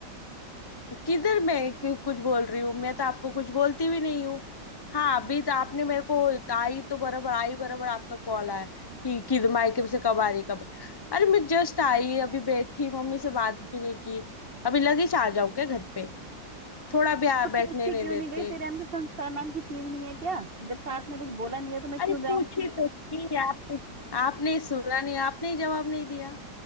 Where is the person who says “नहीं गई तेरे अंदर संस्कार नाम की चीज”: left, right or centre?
Right